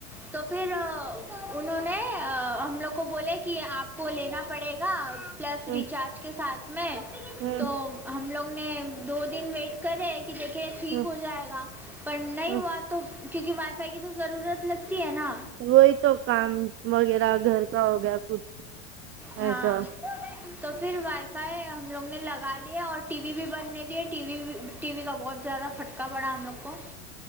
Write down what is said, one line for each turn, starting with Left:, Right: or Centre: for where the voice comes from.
Centre: تو پھر انہوں نے ہم لوگ کو بولے کہ آپ کو لینا پڑے گا پلس
Right: ہوں
Centre: ریچارج کے ساتھ میں
Right: ہوں
Centre: تو ہم لوگ نے دو دن ویٹ کرے کہ دیکھے ٹھیک
Right: ہوں
Centre: ہو جائے گا پر نہیں
Right: ہوں
Centre: ہوا تو کیونکہ وائی فائی کی تو ضرورت لگتی ہے نا
Right: وہی تو کام وغیرہ گھر کا ہو گیا کچھ
Centre: ہاں
Right: ایسا
Centre: تو پھر وائ فای ہم لوگ نے لگا لیا اور ٹی وی بھی بند نہیں دیا ہے ٹی وی ٹی وی کا بہت زیادہ پھٹکا پڑا ہم لوگ کو